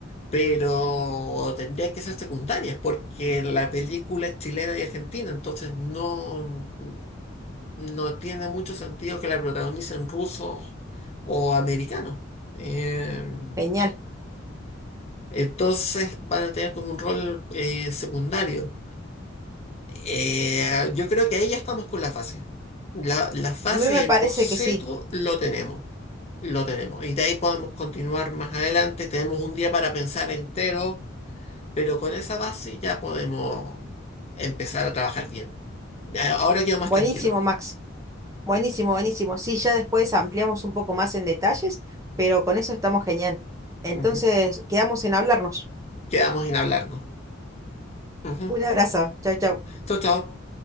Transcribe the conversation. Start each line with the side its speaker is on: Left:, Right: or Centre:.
Left: pero tendrían que ser secundarias, porque la película es chilena y argentina, entonces no, mm, no tiene mucho sentido que la protagonicen rusos o americanos. Em,
Right: Genial.
Left: Entonces van a tener como un rol eh, secundario. Eh, yo creo que ahí ya estamos con la fase. La, la fase,
Right: A mí me
Left: el
Right: parece
Left: boceto,
Right: que sí.
Left: lo tenemos. Lo tenemos. Y de ahí podemos continuar más adelante. Tenemos un día para pensar entero, pero con esa base ya podemos empezar a trabajar bien. A- Ahora quedo más
Right: Buenísimo,
Left: tranquilo.
Right: Max. Buenísimo, buenísimo. Sí, ya después ampliamos un poco más en detalles, pero con eso estamos genial. Entonces,
Left: Ujú, ujú.
Right: quedamos en hablarnos.
Left: Quedamos en hablarnos. Ujú.
Right: Un abrazo. Chao, chao.
Left: Chau, chau.